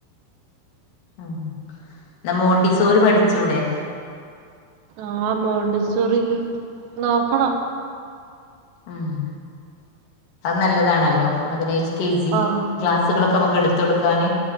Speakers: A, on the left; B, on the right.
A: ഉം ന്നാ മോണ്ടി സോര് പഠിച്ചൂടെ?
B: ആഹ് മോണ്ടി സോറി നോക്കണം.
A: ആഹ് അത് നല്ലതാണല്ലോ ന്നാ പിന്നെ എ കെ ജി
B: ആഹ്
A: ക്ലാസുകളൊക്കെ നമുക്ക് എടുത്തൊടുക്കാന്